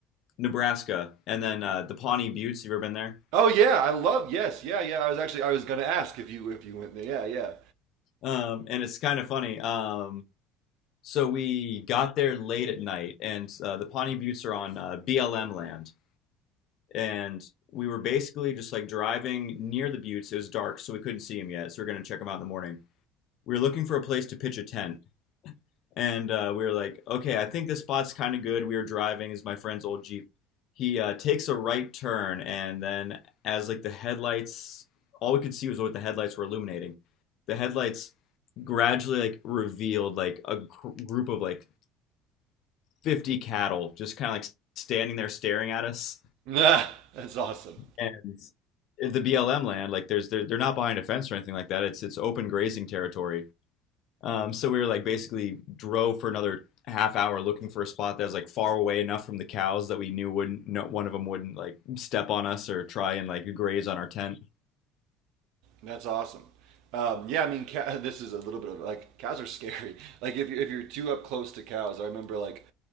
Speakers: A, on the left; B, on the right.
A: Nebraska, and then uh, the Pawnee Buttes. You ever been there?
B: Oh yeah, I love yes, yeah, yeah. I was actually I was gonna ask if you if you went there. Yeah, yeah.
A: Um, and it's kind of funny. Um, So we got there late at night, and uh, the Pawnee Buttes are on uh, BLM land. And we were basically just like driving near the buttes. It was dark, so we couldn't see them yet. So we are going to check them out in the morning. We were looking for a place to pitch a tent. And uh, we were like, okay, I think this spot's kind of good. We were driving, is my friend's old Jeep. He uh, takes a right turn, and then as like the headlights, all we could see was what the headlights were illuminating. The headlights gradually like revealed like a gr- group of like 50 cattle just kind of like standing there staring at us.
B: <laughs> that's awesome.
A: And the BLM land, like there's they're, they're not behind a fence or anything like that. It's it's open grazing territory. Um, so we were like basically drove for another half hour looking for a spot that was like far away enough from the cows that we knew wouldn't no, one of them wouldn't like step on us or try and like graze on our tent.
B: That's awesome. Um, yeah, I mean, ca- <laughs> this is a little bit of like cows are scary. <laughs> Like if you're if you're too up close to cows, I remember like